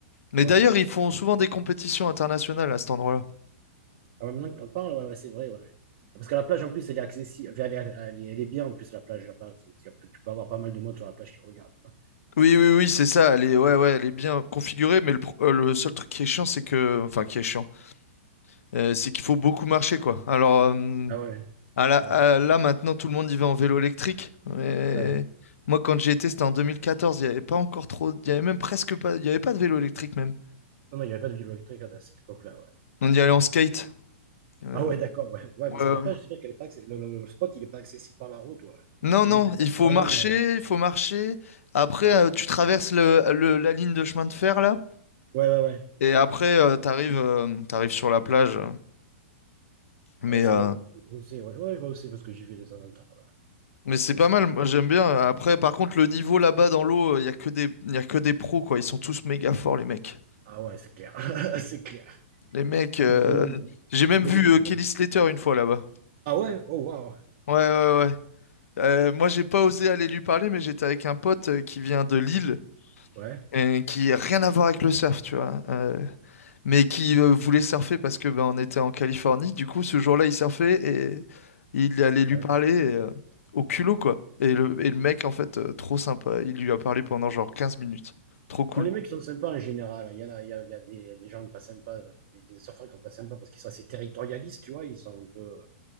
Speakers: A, on the left; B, on the right.
A: Mais
B: Ouais.
A: d'ailleurs, ils font souvent des compétitions internationales à cet endroit-là.
B: Ah, ouais, maintenant que tu en parles, ouais, ouais, c'est vrai, ouais. Parce que la plage, en plus, elle est accessible. Elle est, elle est- elle est bien, en plus, la plage, là-bas. Donc, tu peux tu peux avoir pas mal de monde sur la plage qui regarde, quoi.
A: Oui, oui, oui, c'est ça. Elle est, ouais, ouais, elle est bien configurée, mais le, pro- euh, le seul truc qui est chiant, c'est que, enfin, qui est chiant, euh, c'est qu'il faut beaucoup marcher, quoi. Alors, euh,
B: Ah ouais.
A: à la-
B: Ah
A: à-
B: ouais.
A: là, maintenant, tout le monde y va en vélo électrique. Mais
B: Ouais.
A: moi, quand j'y étais, c'était en 2014. Il n'y avait pas encore trop, il y avait même presque pas, il y avait pas de vélo électrique même.
B: Non, non, il n'y avait pas de vélo électrique à cette époque-là, ouais.
A: On y allait en skate. Euh,
B: Ah ouais, d'accord, ouais. Ouais,
A: ouais,
B: parce
A: ouais.
B: que la plage, c'est vrai qu'elle est pas accessi- Le, le- le spot, il est pas accessible par la route, ouais.
A: Non,
B: T'es
A: non,
B: obligé de te faire
A: il
B: super
A: faut marcher,
B: loin, ouais.
A: il faut marcher. Après, euh, tu traverses le, le- la ligne de chemin de fer là,
B: Ouais, ouais, ouais.
A: et après, euh, t'arrives, euh, t'arrives sur la plage. Mais
B: Ah Ouais, c'est
A: euh,
B: ouais, ouais, je vois aussi, ouais. Ouais, je vois aussi parce que j'y vais de temps en temps là-bas.
A: Mais c'est
B: Donc
A: pas
B: c'est.
A: mal, moi j'aime bien. Après, par contre, le niveau là-bas dans l'eau, il y a que des, y a que des pros, quoi. Ils sont tous méga forts, les mecs.
B: Ah ouais, c'est clair. <laughs> C'est clair.
A: Les mecs, euh,
B: Il domine.
A: j'ai même
B: Il domine.
A: vu euh, Kelly
B: hein.
A: Slater une fois là-bas.
B: Ah ouais? Oh waouh.
A: Ouais, ouais, ouais. Euh, moi, j'ai pas osé aller lui parler, mais j'étais avec un pote euh, qui vient de Lille,
B: Ouais,
A: et qui a rien à voir avec le surf, tu vois. Euh, mais qui euh, voulait surfer parce que ben, on était en Californie. Du coup, ce jour-là, il surfait et il allait lui
B: ouais.
A: parler euh, au culot, quoi. Et le, et le mec, en fait, euh, trop sympa, il lui a parlé pendant genre 15 minutes. Trop cool.
B: Ouais, les mecs sont sympas en général. Il y en a, il y a, il y a des, il y a des gens pas sympas, des, des surfeurs qui sont pas sympas parce qu'ils sont assez territorialistes, tu vois. Ils sont un peu.